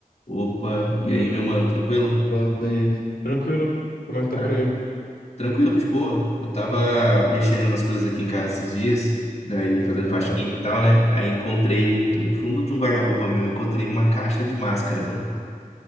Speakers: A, on the left; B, on the left.
A: Opa, e aí, meu mano, tranquilo?
B: Pô, daí. Tranquilo? Como é
A: Cara,
B: que tá por aí?
A: tranquilo, de boa. Eu tava mexendo nas coisas aqui em casa esses dias, daí fazendo
B: Aham.
A: faxina e tal, né? Aí encontrei, no fundo de um guarda-roupa meu, encontrei uma caixa de máscara, mano.